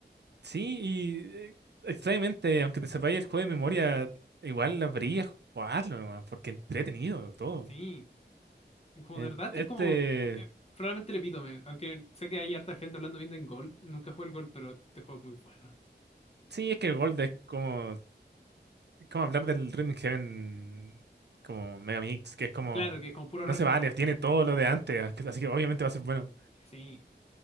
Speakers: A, on the right; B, on the left.
A: sí, y eh, extrañamente, aunque te sepáis el juego de memoria, igual habría jugarlo nomás, porque entretenido todo.
B: Sí. Como
A: En-
B: de verdad, este
A: Este,
B: es como eh, eh, probablemente el epítome. Aunque sé que hay harta gente hablando bien de Gold. Nunca jugué el Gold, pero este juego es muy bueno.
A: sí, es que el Gold es como. Es como hablar del Rhythm Heaven como Megamix, que es como.
B: Claro que es como puro
A: No
B: recuerdo.
A: se vale, tiene todo lo de antes, así que así que obviamente va a ser bueno.
B: Sí.